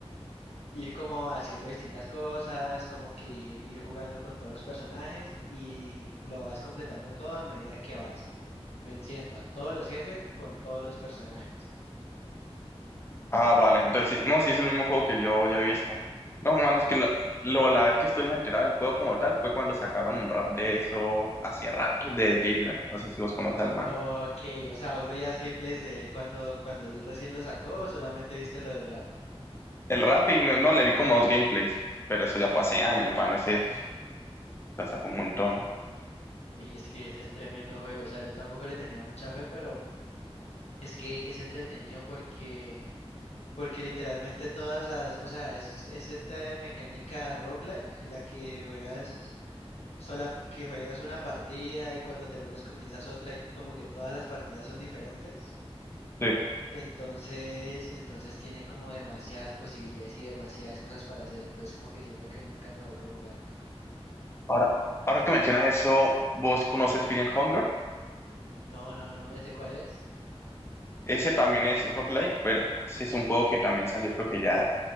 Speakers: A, on the left; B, on the left.
A: ir como haciendo distintas cosas, como que ir, ir jugando con todos los personajes y lo vas completando todo a medida que vas venciendo a todos los jefes con todos los personajes.
B: Ah, vale, entonces, sí, no, si es el mismo juego que yo ya he visto. No, man, es que la, lo- la vez que estuve más enterado del juego como tal fue cuando sacaron un rap de eso hace rato de Gamer. No sé si vos conoces al man.
A: Ok, o sea, vos veías gameplays de él cuando, cuando él recién lo sacó, o solamente viste lo del rap.
B: El rap y no, no, le vi como dos gameplays, pero eso ya fue hace años, hermano, ese, o sea, fue un montón.
A: Y es que ese es tremendo juego, o sea, yo tampoco le tenía mucha fe, pero es que es entretenido porque, porque literalmente todas las, o sea, es, es esta mecánica roguelike, la que juegas sola, que juegas una partida y cuando te mueres comienzas otra y como que todas las partidas son diferentes.
B: Sí.
A: Entonces, entonces tiene como demasiadas posibilidades y demasiadas cosas para hacer, entonces como que siento que nunca me aburro jugándolo.
B: Ahora, ahora que mencionas eso, ¿vos conoces Fear and Hunger?
A: No, no, no, ¿ese cuál es?
B: Ese también es rock like, pero ese es un juego que también salió, creo que ya,